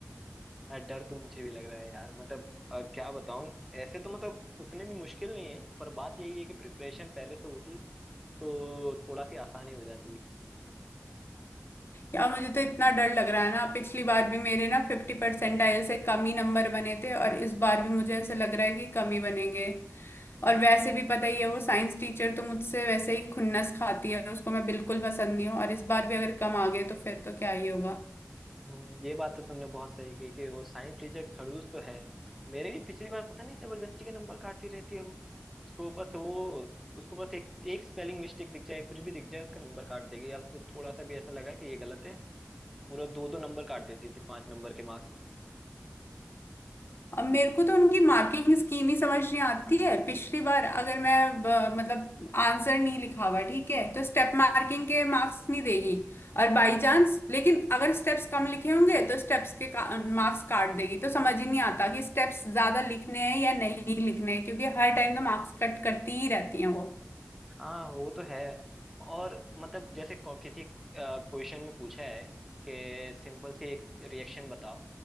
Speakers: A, in the centre; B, on the left.
A: यार डर तो मुझे भी लग रहा है यार मतलब अ, क्या बताऊं ऐसे तो मतलब उतने भी मुश्किल नहीं है पर बात यही है कि प्रिपरेशन पहले से होती तो थोड़ा सी आसानी हो जाती
B: यार मुझे तो इतना डर लग रहा है ना पिछली बार भी मेरे ना फिफ्टी परसेंटाइल से कम ही नंबर बने थे और इस बार भी मुझे ऐसे लग रहा है कि कम ही बनेंगे और वैसे भी पता ही है वो साइंस टीचर तो मुझसे वैसे ही खुन्नस खाती है उसको मैं बिल्कुल पसंद नहीं हूँ और इस बार भी अगर कम आ गए तो फिर तो क्या ही होगा
A: हम्म, ये बात तो तुमने बहुत सही कही कि वो साइंस टीचर खड़ूस तो है मेरे भी पिछली बार पता नहीं जबरदस्ती के नंबर काटती रहती है वो उसको बस वो उसको बस एक एक स्पेलिंग मिस्टेक दिख जाए कुछ भी दिख जाए उसका नंबर काट देगी या उसको थोड़ा सा भी ऐसा लगा कि ये गलत है पूरे दो दो नंबर काट देती थी पांच नंबर के मार्क्स में
B: अब मेरे को तो उनकी मार्किंग स्कीम ही समझ नहीं आती है पिछली बार अगर मैं ब- मतलब आंसर नहीं लिखा हुआ ठीक है तो स्टेप मार्किंग के मार्क्स नहीं देगी और बाय चांस लेकिन अगर स्टेप्स कम लिखे होंगे तो स्टेप्स के का, मार्क्स काट देगी तो समझ ही नहीं आता कि स्टेप्स ज्यादा लिखने हैं या नहीं लिखने हैं क्योंकि हर टाइम तो मार्क्स कट करती ही रहती हैं वो
A: हाँ वो तो है और मतलब जैसे को- किसी क्वेश्चन में पूछा है कि सिंपल सी एक रिएक्शन बताओ